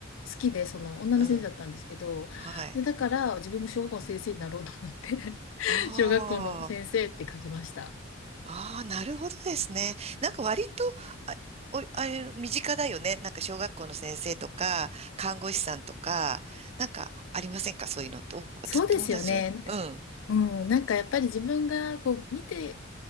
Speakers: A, on the left; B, on the right.
A: 好きで、その女の先生だったんですけど、
B: うん。はい。
A: で、だから自分も小学校の先生になろうと思って <laughs>
B: ああ。
A: 小学校の先生って書きました。
B: ああ、なるほどですね。なんか割と、あ、お、あれ、身近だよね。なんか小学校の先生とか、看護師さんとか、なんかありませんかそういうのって。お、私友達、
A: そうですよね。
B: うん、
A: うん、なんかやっぱり自分がこう見て、